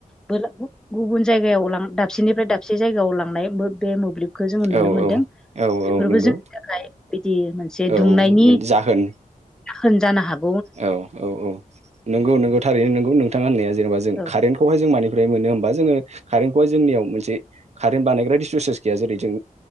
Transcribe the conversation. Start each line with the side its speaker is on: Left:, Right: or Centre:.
Centre: <unintelligible> गुबुन जायगायाव लां दाबसेनि ओमफ्राय दाबसे जायगायाव लांनाय बे मोब्लिब खौ जोङो नुनो
Right: औ
Centre: मोनदों
Right: औ
Centre: बेफोरबो
Right: औ नंगौ
Centre: जोंनि थाखाय बिदि मोनसे
Right: औ
Centre: दुंनायनि
Right: जाहोन
Centre: होनजानो हागोन ।
Right: औ औ औ नंगौ नोंगौ थारैनो नोंगौ नोंथांा होननाया जेनेबा जों
Centre: औ
Right: कारेन्टखौहाय जों मानि फ्राय मोन होमबा जोङो कारेन्टखौ जोंनियाव मोनसे कारेन्ट बानायग्रा रिससेस गैया जेरै जों